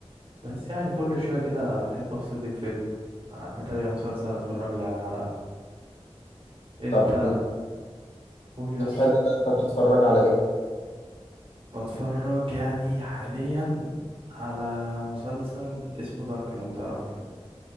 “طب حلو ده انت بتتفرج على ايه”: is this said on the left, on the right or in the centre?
Left